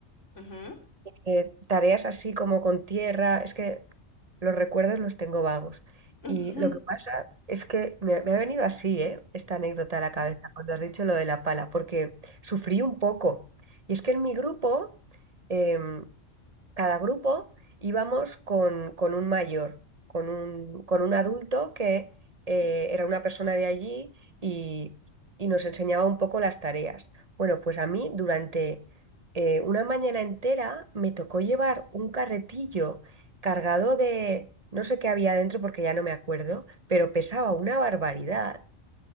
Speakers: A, on the left (about 80°); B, on the right (about 35°).
A: Ujú, ujú,
B: eh, tareas así como con tierra, es que los recuerdos los tengo vagos.
A: ujú.
B: Y lo que pasa es que me, me ha venido así, ¿eh? Esta anécdota a la cabeza cuando has dicho lo de la pala, porque sufrí un poco. Y es que en mi grupo, em, cada grupo íbamos con, con un mayor, con un, con un adulto que eh,
A: <laughs>
B: era una persona de allí y, y nos enseñaba un poco las tareas. Bueno, pues a mí durante eh, una mañana entera me tocó llevar un carretillo cargado de, no sé qué había dentro porque ya no me acuerdo, pero pesaba una barbaridad.